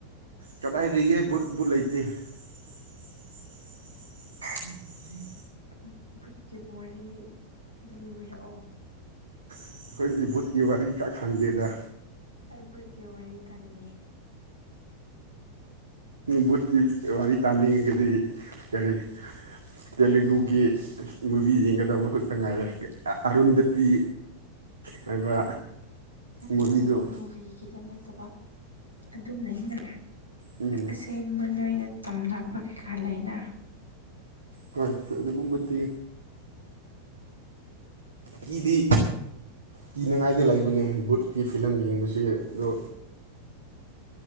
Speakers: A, on the right (about 70°); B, on the right (about 90°).
A: ꯀꯗꯥꯏꯗꯒꯤꯒꯦ ꯕꯨꯠ ꯕꯨꯠ ꯂꯩꯇꯦ <unintelligible>
B: ꯐꯚꯨꯠꯀꯤ ꯋꯥꯔꯤ ꯂꯤ ꯂꯤꯕꯤꯔꯛꯑꯣ
A: ꯑꯩꯈꯣꯏ ꯑꯗꯨꯗꯤ ꯕꯨꯠꯀꯤ ꯋꯥꯔꯤ ꯀꯛ ꯈꯥꯟꯗꯦꯗ
B: ꯑꯩ ꯕꯨꯠꯀꯤ ꯋꯥꯔꯤ ꯇꯥꯅꯤꯡꯉꯤ
A: ꯕꯨꯠꯀꯤ ꯋꯥꯔꯤ ꯇꯥꯟꯅꯤꯡꯉꯒꯗꯤ ꯀꯔꯤ ꯇꯦꯂꯨꯒꯨꯒꯤ ꯃꯨꯚꯤ ꯌꯦꯡꯒꯗꯕ ꯈꯛꯇ ꯉꯥꯏꯔꯦ ꯑꯔꯨꯟꯗꯇꯤ
B: ꯑꯁ
A: ꯍꯥꯏꯕ
B: ꯅꯠꯇꯦ
A: ꯃꯨꯚꯤꯗꯨ
B: ꯃꯨꯚꯤꯒꯤꯗ ꯅꯠꯇꯕ ꯑꯗꯨꯝꯩꯅ
A: ꯎꯝ
B: ꯑꯁꯦꯡꯕ ꯅꯣꯏꯅ ꯇꯝꯅꯕ ꯀꯩꯀꯥ ꯂꯩꯅ
A: ꯍꯣꯏ ꯑꯗꯨ ꯃꯨꯝꯕꯇꯤ ꯀꯤꯗꯤ ꯀꯤꯅꯉꯥꯏꯗ ꯂꯩꯕꯅꯦ ꯕꯨꯠꯀꯤ ꯐꯤꯂꯝ ꯌꯦꯡꯁ ꯑꯗꯣ